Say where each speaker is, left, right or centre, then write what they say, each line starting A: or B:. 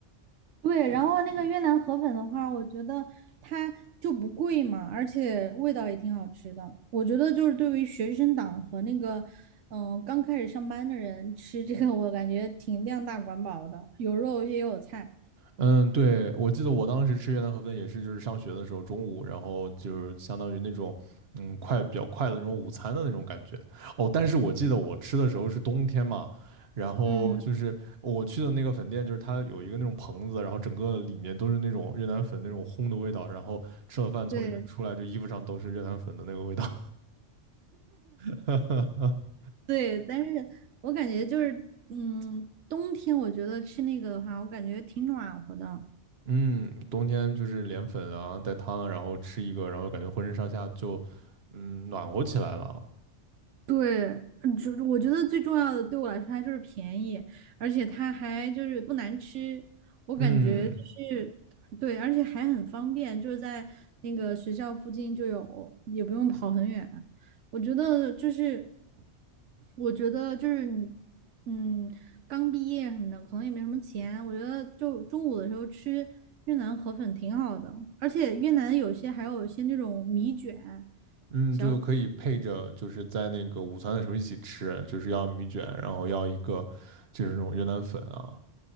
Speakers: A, on the right (about 85°); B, on the right (about 60°).
A: 对，然后那个越南河粉的话，我觉得它就不贵嘛，而且味道也挺好吃的。我觉得就是对于学生党和那个嗯刚开始上班的人吃这个，我感觉挺量大管饱的，有肉也有菜。
B: 嗯，对，我记得我当时吃越南河粉也是，就是上学的时候中午，然后就是相当于那种，嗯，快比较快的那种午餐的那种感觉。哦，但是我记得我吃的时候是冬天嘛，然后就是我去的那个粉店，
A: 嗯，
B: 就是它有一个那种棚子，然后整个里面都是那种越南粉那种烘的味道，然后吃了饭从里面出来，
A: 对
B: 就衣服上都是越南粉的那个味道。<laughs>
A: 对，但是我感觉就是嗯冬天我觉得吃那个的话，我感觉挺暖和的。
B: 嗯，冬天就是连粉啊，带汤啊，然后吃一个，然后感觉浑身上下就，嗯，暖和起来了。
A: 对，嗯，就是我觉得最重要的对我来说，它就是便宜，而且它还就是不难吃，我感觉就是对，
B: 嗯
A: 而且还很方便，就是在那个学校附近就有，也不用跑很远。我觉得就是，我觉得就是你嗯，刚毕业什么的，可能也没什么钱，我觉得就中午的时候吃越南河粉挺好的，而且越南有些还有一些那种米卷。
B: 嗯，
A: 小。
B: 就可以配着，就是在那个午餐的时候一起吃，就是要米卷，然后要一个就是那种越南粉啊。